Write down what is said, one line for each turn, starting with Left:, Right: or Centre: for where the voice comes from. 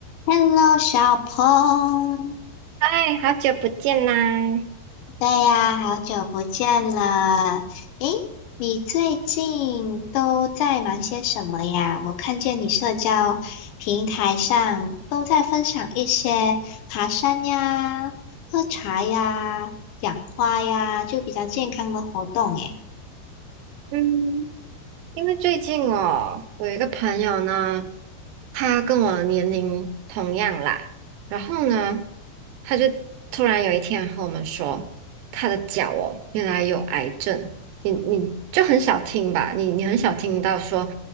Left: Hello，小鹏，
Right: 嗨，好久不见啦！
Left: 对呀，好久不见了。诶，你最近都在忙些什么呀？我看见你社交平台上都在分享一些爬山呀、喝茶呀、养花呀，就比较健康的活动。诶，
Right: 嗯，因为最近哦，我有一个朋友呢，他跟我年龄同样啦，然后呢，他就突然有一天和我们说，他的脚哦，原来有癌症。你你就很少听吧，你你很少听到说